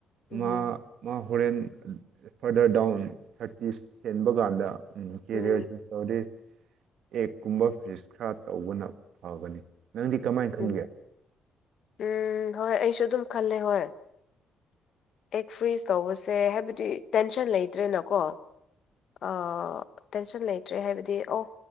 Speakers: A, on the left; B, on the right.
A: ꯎꯝ
B: ꯃꯥ ꯃꯥ ꯍꯣꯔꯦꯟ ꯐꯔꯗꯔ ꯗꯥꯎꯟ ꯊꯥꯔꯇꯤ ꯍꯦꯟꯕ ꯀꯥꯟꯗ ꯀꯦꯔꯤꯌꯔ
A: ꯎꯝ
B: ꯆꯨꯁ ꯇꯧꯔꯗꯤ ꯑꯦꯛꯀꯨꯝꯕ ꯐꯔꯤꯖ ꯈꯔ ꯇꯧꯕꯅ ꯐꯕꯅꯤ ꯅꯪꯗꯤ ꯀꯃꯥꯏꯟ ꯈꯟꯒꯦ
A: ꯎꯝ ꯎꯝ ꯍꯣꯏ ꯑꯩꯁꯨ ꯑꯗꯨꯝ ꯈꯜꯂꯦ ꯍꯣꯏ ꯑꯦꯛ ꯐ꯭ꯔꯤꯖ ꯇꯧꯕꯁꯦ ꯍꯥꯏꯕꯗꯤ ꯇꯦꯟꯁꯟ ꯂꯩꯇ꯭ꯔꯦꯅꯀꯣ ꯑꯥ ꯇꯦꯟꯁꯟ ꯂꯩꯇ꯭ꯔꯦ ꯍꯥꯏꯕꯗꯤ ꯑꯣ